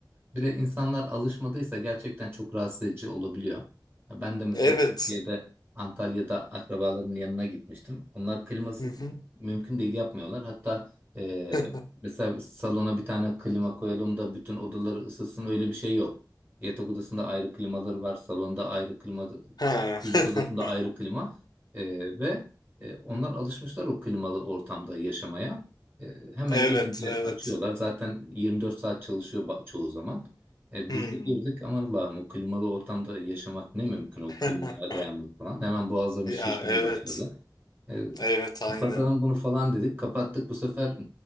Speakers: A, on the right; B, on the left.
A: Bir de insanlar alışmadıysa gerçekten çok rahatsız edici olabiliyor. Ya Ben de mesela
B: Evet.
A: Türkiye'de Antalya'da akrabalarımın yanına gitmiştim. Onlar klimasız
B: Hı hı.
A: mümkün değil yapmıyorlar. Hatta e,
B: <laughs>
A: mesela salona bir tane klima koyalım da bütün odaları ısıtsın öyle bir şey yok. Yatak odasında ayrı klimaları var, salonda ayrı klima,
B: Ha.
A: çocuk
B: <laughs>
A: odasında ayrı klima E, ve e, onlar alışmışlar o klimalı ortamda yaşamaya. E, Hemen
B: Evet,
A: gelince
B: evet.
A: açıyorlar. Zaten 24 saat çalışıyor ba- çoğu zaman. E,
B: Hmm.
A: biz bir girdik aman Allah'ım o klimalı ortamda yaşamak ne mümkün o
B: <laughs>
A: klimaya dayanmak falan. Hemen boğazlarımız
B: Ya
A: şişmeye
B: evet.
A: başladı. E,
B: Evet, aynen.
A: kapatalım bunu falan dedik. Kapattık bu sefer